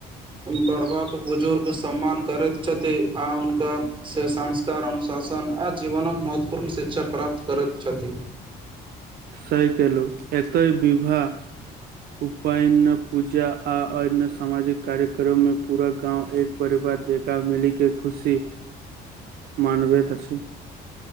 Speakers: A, on the right; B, on the right.
A: बढ़वाक बुजुर्ग सम्मान करैत छथि आ हुनका से संस्कार अनुशासन आ जीवनक महत्वपूर्ण शिक्षा प्राप्त करैत छथि
B: स केलहुँ एतय विवाह उपायन पूजा आ अय में सामाजिक कार्यक्रम में पूरा गाँव एक परिवार जेकाँ मिली के खुशी मानवैत अछि